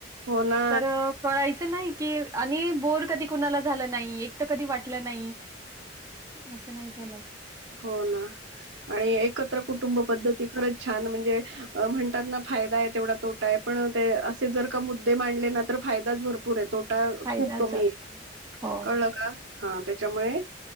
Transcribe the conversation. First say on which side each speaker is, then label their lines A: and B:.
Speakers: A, on the right; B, on the right.
A: हो ना
B: तर कळाय चं नाही आणि बोर कधी कुणाला झाल नाही एकट कधी वाटल नाही. असं नाही झालं
A: हो ना आणि एकत्र कुट टुंब पद्धती खरच छान म्हणजे म्हणतात ना फायदा आहे तेवढा तोटा य पण असे जर का मुद्दे मांडले ना तर फायदाच भरपूर आहे तोटा
B: फायदाच
A: खूप कमी
B: होता.
A: आहे
B: हो
A: कळलं का? हा त्याच्यामुळे